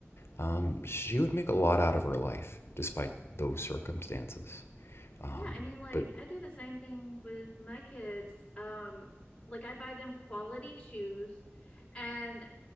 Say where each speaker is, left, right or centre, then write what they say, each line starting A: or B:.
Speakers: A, on the left; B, on the left.
A: Um, she would make a lot out of her life despite those circumstances. Um,
B: Yeah, I mean like
A: but
B: I do the same thing with my kids. Um like I buy them quality shoes and